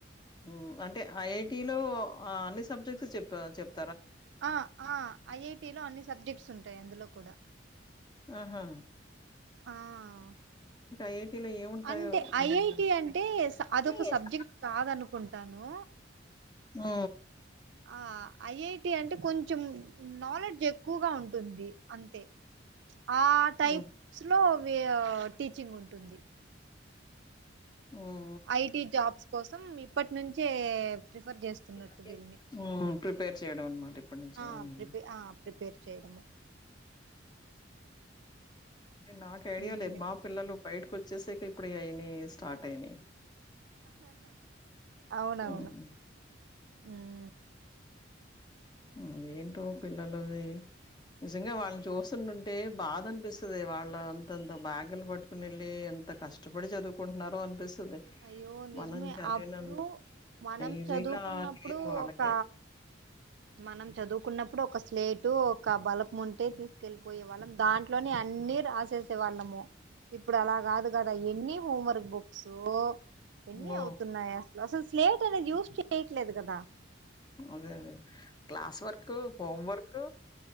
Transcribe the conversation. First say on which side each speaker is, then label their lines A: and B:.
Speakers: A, on the left; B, on the right.
A: మ్ అంటే ఐఐటిలో అన్ని సబ్జెక్ట్స్ చెప్ప చెప్
B: ఆ ఆ ఐఐటిలో అన్ని సబ్జెక్ట్స్ ఉంటాయి అందులో కూడా
A: ఆహ
B: ఆ ఆ
A: ఐఐటీలో ఏముంటాయో
B: అంటే
A: నిజంగా.
B: ఐఐటి అంటే
A: అంటే
B: అదొక సబ్జెక్ట్
A: స
B: కాద్ అన్ నుకుంటాను
A: మ్
B: ఆ ఐఐటి అంటే కొంచెం నాలెడ్జ్ ఎక్కువగా ఉంటుంది అంతే ఆ టైప్స్లో
A: హ్మ్.
B: వే టీచింగుంటుంది.
A: మ్
B: ఐటి జాబ్స్ కోసం ఇప్పట్నుంచే ప్రిఫర్ చేస్తున్నట్టు
A: వర్క్ చేస్తున్నాను.
B: వీళ్ళని
A: హ్మ్. ప్రిపేర్ చేయడం అన్నమాట ఇప్పటి నుంచే.
B: ఆ
A: హ్మ్.
B: ప్రిపే ఆ ప్రిపేర్ చేయడము
A: ఇంకా నాక్ ఐడియా
B: ఇంకేంటి
A: లేద్ మా పిల్లలు బయటకు వచ్చేసేకి ఇప్పుడు ఆయన్ని స్టార్ట్ అయినయి
B: అవునవును
A: హ్మ్.
B: మ్
A: మ్ ఏంటో పిల్లలది నిజంగా వాళ్ళని చూస్తుంటుంటే బాధనిపిస్తది వాళ్ళ అంతంత బ్యాగులు పట్టుకుని ఎళ్ళి ఎం ఎంత కష్టపడి చదువుకుంటున్నారో అనిపిస్ స్తది
B: అయ్యో నిజమే
A: మనం చదివిన
B: అప్పుడు మనం
A: ఈజీగా
B: చదువుకున్నప్పుడు
A: లేదు వాళ్ళకి
B: ఒక మనం చదువుకున్నప్పుడు ఒక స్లేటు ఒక బలపం ఉంటే తీస్కెళ్ళిపోయే వాళ్ళం దాంట్లోనే అన్నీ రాసేస్ కునే వాళ్ళము ఇప్పుడు అలా కాదు కదా ఎన్ని హోమ్ వర్క్ బుక్స్ ఎన్ని
A: ఓ
B: అవుతున్నాయి అసలు అసల్ స్లేట్ అనేది యూస్ చేయట్లేదు కదా
A: అదే అదే క్లాస్ వర్క్, హోమ్వర్క్